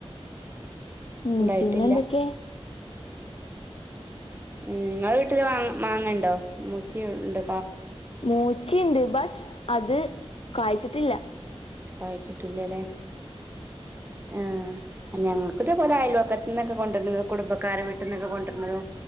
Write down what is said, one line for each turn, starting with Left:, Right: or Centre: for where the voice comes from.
Left: ഉം
Right: ഉണ്ടായിട്ടില്ല
Left: പിന്നെന്തൊക്കെ
Right: മ് നിങ്ങള വീട്ടില് മാങ്ങ ഉണ്ടോ മൂച്ചിണ്ട്
Left: മൂച്ചി ഉണ്ട് ബട്ട് അത് കായ്ച്ചിട്ടില്ല
Right: കായ്ച്ചിട്ടില്ലേല്ലേ ഏഹ് ഞങ്ങക്ക ഇതേപോലെ അയൽവക്കത്ത നിന്നൊക്കെ കൊണ്ടുവരുന്നത് കുടുംബക്കാരെ വീട്ടി നിന്നൊക്കെ കൊണ്ടുവര്ന്നതും